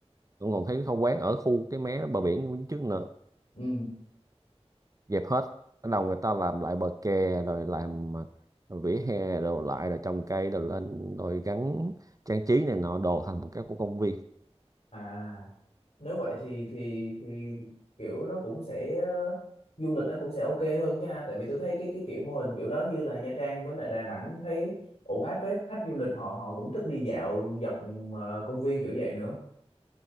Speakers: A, on the right; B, on the left.
A: không còn thấy không quán ở khu cái mé bờ biển bên trước nữa
B: ừ
A: dẹp hết bắt đầu người ta làm lại bờ kè rồi làm à, vỉa hè rồi lại rồi trồng cây rồi lên rồi gắn trang trí này nọ đồ thành một cái của công viên
B: à nếu vậy thì thì thì kiểu nó cũng sẽ ờ, du lịch nó cũng sẽ ok hơn chứ ha tại vì tôi thấy cái cái kiểu mô hình kiểu đó như là Nha Trang với lại Đà Nẵng thấy ổn áp phết khách du lịch họ họ cũng thích đi dạo dọc ờ, công viên kiểu vậy nữa